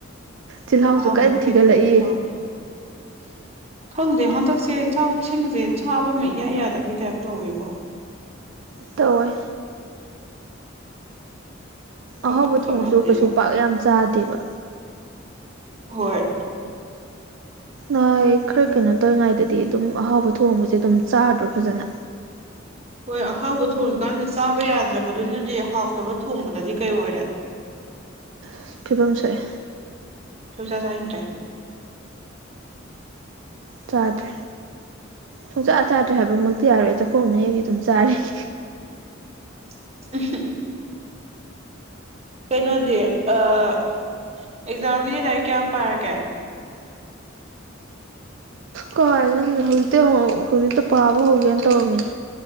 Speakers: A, on the right; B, on the right.
A: ꯆꯤꯜꯍꯥꯎꯁꯨ
B: ꯑꯍꯥꯎꯕ
A: ꯀꯟꯅ
B: ꯃꯈꯩꯗꯤ
A: ꯊꯤꯒꯠꯂꯛꯏ
B: ꯂꯣꯏꯅ ꯍꯥꯎꯔꯦ <inaudible> ꯈꯪꯗꯦ ꯍꯟꯗꯛꯁꯦ ꯆꯥꯛ ꯏꯁꯤꯡꯁꯦ ꯆꯥꯕ ꯑꯃ ꯏꯌꯥ ꯌꯥꯗꯕꯩ ꯇꯥꯏꯞ ꯇꯧꯋꯦꯀꯣ
A: ꯇꯧꯋꯏ ꯑꯍꯥꯎꯕ
B: ꯑꯩꯈꯣꯏꯈꯛ
A: ꯊꯣꯡꯉꯁꯨ
B: ꯅꯠꯇꯦꯕ
A: ꯀꯩꯁꯨ ꯄꯥꯛ ꯌꯥꯝ ꯆꯥꯗꯦꯕ
B: ꯍꯣꯏ
A: ꯅꯍ ꯈꯔ ꯀꯩꯅꯣ ꯇꯧꯔꯤꯉꯩꯗꯗꯤ ꯑꯗꯨꯝ ꯑꯍꯥꯎꯕ ꯊꯣꯡꯕꯁꯦ ꯑꯗꯨꯝ ꯆꯥꯗ꯭ꯔꯣ ꯐꯖꯅ
B: ꯍꯣꯏ ꯑꯍꯥꯎꯕ ꯊꯣꯡꯉꯀꯥꯟꯗ ꯆꯥꯕ ꯌꯥꯗ꯭ꯔꯕꯗꯨꯅꯗꯤ ꯍꯥꯎꯇꯕ ꯊꯣꯡꯕꯗꯗꯤ ꯀꯩ ꯑꯣꯏꯔꯦ
A: ꯑ ꯐꯤꯕꯝ ꯁꯣꯛꯑꯦ
B: ꯁꯨꯖꯥ ꯆꯥ ꯍꯪꯗ꯭ꯔꯦ
A: ꯆꯥꯗ꯭ꯔꯦ ꯁꯨꯡꯆꯥꯛ ꯆꯥꯗ꯭ꯔꯦ ꯍꯥꯏꯕꯃꯛꯇꯤ ꯌꯥꯔꯣꯏ ꯆꯥꯛꯈꯣ ꯑꯃꯩꯗꯤ ꯑꯗꯨꯝ ꯆꯥꯔꯤꯒꯦ
B: <unintelligible> ꯀꯩꯅꯣꯗꯤ ꯑꯥ ꯑꯦꯛꯖꯥꯝꯒꯤꯗꯤ ꯂꯥꯏꯔꯤꯛ ꯀꯌꯥꯝ ꯄꯥꯔꯒꯦ
A: ꯀꯣꯏ ꯍꯧꯖꯤꯛꯇꯤ ꯍꯧꯖꯤꯛꯇ ꯄꯥꯕ ꯍꯧꯒꯦꯅ ꯇꯧꯔꯝꯃꯤꯅꯦ